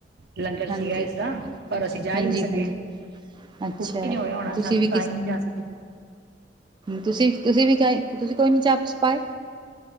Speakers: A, on the right; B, on the right.
A: ਲੰਗਰ
B: ਹਾਂਜੀ
A: ਸੀਗਾ ਇਸਦਾ ਪਰ ਅਸੀਂ ਜਾ
B: ਹਾਂਜੀ
A: ਈ ਨਹੀਂ ਸਕੇ
B: ਹਾਂਜੀ
A: ਹਖੁ
B: ਅੱਛਾ
A: ਨੀ ਹੋਇਆ ਹੋਣਾ
B: ਤੁਸੀਂ
A: ਸਾਨੂੰ
B: ਵੀ
A: ਤਾਂ
B: ਕਿਸ
A: ਹੀ ਨਹੀਂ ਜਾ ਸਕੇ
B: ਤੁਸੀਂ, ਤੁਸੀਂ ਵੀ ਕ ਤੁਸੀਂ ਕੋਈ ਨ ਚਾਪ ਪਾਏ